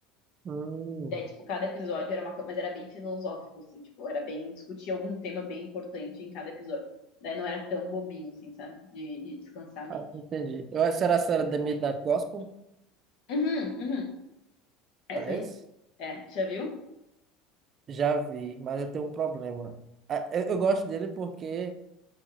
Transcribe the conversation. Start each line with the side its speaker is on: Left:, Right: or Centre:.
Right: Hum.
Left: É, tipo, cada episódio era uma coisa, mas era bem filosófico, assim, tipo, era bem discutir algum tema bem importante em cada episódio. Daí não era tão bobinho, assim, sabe? De, de descansar a mente.
Right: Ah, entendi. Eu acho que era, se era The Midnight Gospel,
Left: Uhum, uhum. Essa
Right: parece?
Left: aí. É, tu já viu?
Right: Já vi, mas eu tenho um problema. Ah, Eu, eu gosto dele porque